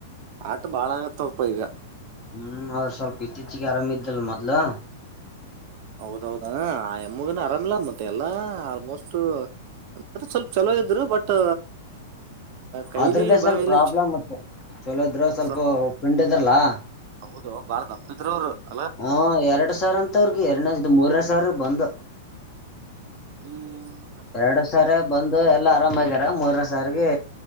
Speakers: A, on the right (about 50°); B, on the left (about 30°).
A: ಆಟ ಬಾಳ ಆಗತ್ತಪ್ಪ ಈಗ
B: ಹ್ಮ್ ಅವದ್ರ ಸ್ವಲ್ಪ ಇತ್ತೀಚಿಗೆ ಆರಾಮ್ದಲ್ ಮೊದ್ಲು
A: ಹೌದೌದ ಆ ಎಮ್ಮಗನ ಆರಾಮಿಲ್ಲ ಮಂತೆ ಎಲ್ಲಾ ಆಲ್ಮೋಸ್ಟ್ ಅ ಸ್ವಲ್ಪ ಚಲೋ ಇದಿದರು ಬಟ್ ಕೈಲಿ
B: ಅದ್ರ್ದ ಸ್ವಲ್ಪ
A: ಬಾಯಲ್ಲಿ
B: ಪ್ರಾಬ್ಲ್ ಮತ್ತ ಚಲೋದ್ರ
A: ಹೌ
B: ಸ್ವಲ್ಪ
A: ಸಪ್
B: ಪಿಂಡ್ ಇದ್ರಲ್ಲಾ
A: ಹೌದು ಬಾಳ ದಪ್ಪಿದ್ರ ಅವ್ರು ಅಲ್ಲಾ
B: ಹ ಎರಡ್ ಸಾವಿರ ಅಂತ ಅವ್ರಿಗೆ ಎರಡ್ ಮೂರ ಸರ್ ಬಂದ
A: ಹ್ಮ
B: ಎರಡು ಸಾರ ಬಂದು ಎಲ್ಲಾ ಆರಾಮಗ್ಯಾರ ಮೂರ್ನ ಸಾರಿಗೆ